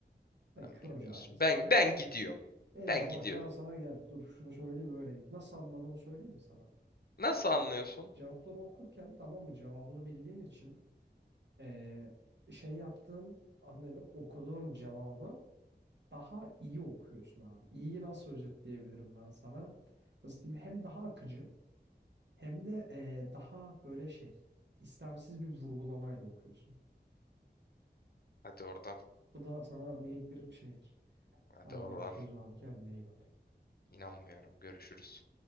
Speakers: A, on the right (about 80°); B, on the left (about 60°).
A: Sen
B: Sen
A: kör
B: bilmiyorsun.
A: cahilsin.
B: Ben ben gidiyorum.
A: Neyse
B: Ben
A: bak
B: gidiyorum.
A: ben sana gel dur şunu söyleyeyim öyle git. Nasıl anladığımı söyleyeyim mi sana?
B: Nasıl anlıyorsun?
A: Cevapları okurken tamam mı cevabını bildiğin için eee, şey yaptığın adı nedir okuduğun cevabı daha iyi okuyorsun abi. İyi nasıl özetleyebilirim ben sana? Nasıl diyeyim hem daha akıcı hem de eee, daha böyle şey istemsiz bir vurgulamayla okuyorsun.
B: Hadi oradan.
A: Bu da sana minik bir şeydir.
B: Hadi
A: Hadi
B: oradan.
A: görüşürüz abi kendine iyi bak.
B: İnanmıyorum. Görüşürüz.